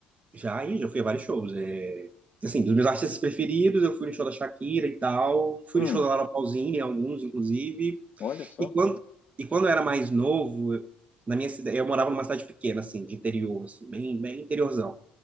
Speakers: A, on the right; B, on the left.
A: Já aí, já fui a vários shows. É... Assim, dos meus artistas preferidos, eu fui no show da Shakira e tal. Fui
B: Hum.
A: no show da Laura Pausini, alguns, inclusive.
B: Olha só.
A: E quando, e quando eu era mais novo, eu- na minha cidade, eu morava numa cidade pequena, assim, de interior, assim, bem, bem interiorzão.